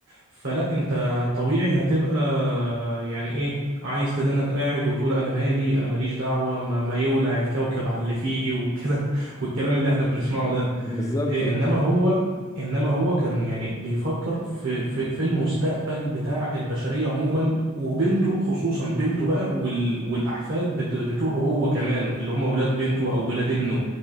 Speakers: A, on the right (about 60°); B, on the left (about 15°).
A: فلا انت طبيعي هتبقى يعني ايه عايز تدنك قاعد وتقول انا مالي انا ماليش دعوة ما, ما يولع الكوكب على اللي فيه والكلام <laughs> والكلام اللي احنا بنسمعه ده
B: <laughs> بالظبط
A: انما
B: اه
A: هو انما هو كان يعني بيفكر في في في المستقبل بتاع البشريه عموما وبنته خصوصا بنته بقى وال والاحفاد بت- بتوعه هو كمان اللي هم ولاد بنته او ولاد ابنه